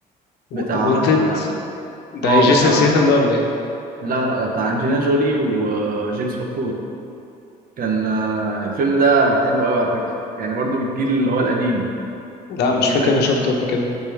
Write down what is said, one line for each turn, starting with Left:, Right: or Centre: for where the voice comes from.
Right: بتاع
Left: وانتد ده
Right: اه
Left: جيسون
Right: بتاع
Left: سيثم ده ولا ايه؟
Right: لا لا بتاع انجلينا جولي وجيمس ماكفوي كان آه، الفيلم ده حلو قوي على فكره يعني برضو بالجيل اللي هو القديم
Left: لا مش
Right: الجيل
Left: فاكر
Right: القديم
Left: انا شفته قبل كده